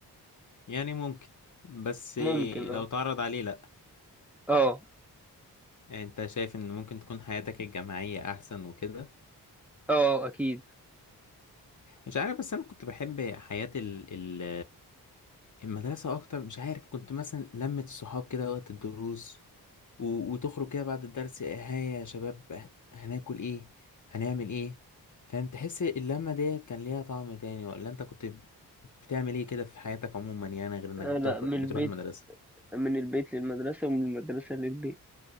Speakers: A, on the left (about 45°); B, in the centre.
A: يعني ممكن بس
B: ممكن اه
A: لو تعرض عليه لا
B: اه
A: يعني انت شايف ان ممكن تكون حياتك الجامعية احسن وكده
B: اه اكيد
A: مش عارف بس انا كنت بحب حياة ال ال المدرسة اكتر مش عارف كنت مثلا لمة الصحاب كده وقت الدروس و- وتخرج كده بعد الدرس هيا يا شباب هناكل ايه هنعمل ايه فاهم تحس اللمة ديت كان ليها طعم تاني ولا انت كنت بتعمل ايه كده في حياتك عموما يعني غير انك
B: آه
A: بتروح
B: لا من
A: بتروح
B: البيت
A: المدرسة
B: من البيت للمدرسة ومن المدرسة للبيت